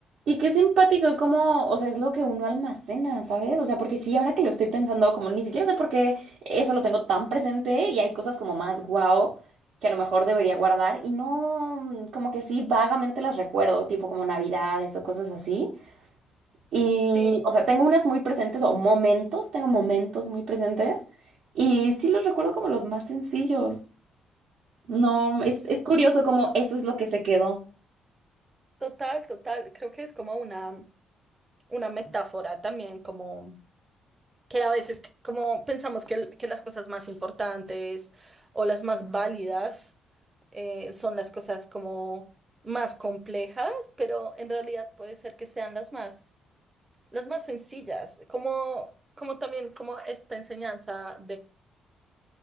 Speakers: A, on the right; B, on the right.
A: Y qué simpático, como, o sea, es lo que uno almacena, ¿sabes? O sea, porque sí, ahora que lo estoy pensando, como ni siquiera sé por qué eso lo tengo tan presente y hay cosas como más guau que a lo mejor debería guardar y no, como que sí, vagamente las recuerdo, tipo como navidades o cosas así. Y,
B: Sí,
A: o sea, tengo unas muy presentes o momentos, tengo momentos muy presentes y sí los recuerdo como los más sencillos. No, es, es curioso como eso es lo que se quedó.
B: total, total. Creo que es como una... una metáfora también como que a veces que- como pensamos que, el- que las cosas más importantes o las más válidas eh, son las cosas como más complejas, pero en realidad puede ser que sean las más, las más sencillas, como, como también como esta enseñanza